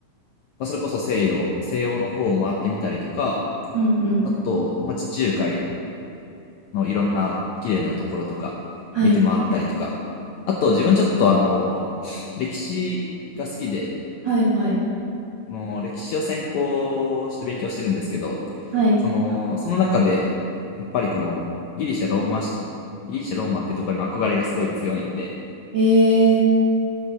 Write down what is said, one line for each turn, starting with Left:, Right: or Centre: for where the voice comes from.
Left: まあ、それこそ西洋、西洋の方を回ってみたりとか、
Right: うんうん、
Left: あと、まあ、地中海のいろんな綺麗なところとか、
Right: はい、
Left: 見て回ったりとか、あと、自分ちょっとあの、歴史が好きで、
Right: はい、はい、
Left: も歴史を専攻して勉強してるんですけど、
Right: はい、
Left: その、その中で、やっぱりこのギリシャ、ローマし、ギリシャ、ローマっていうところへの憧れがすごい強いんで、
Right: えー、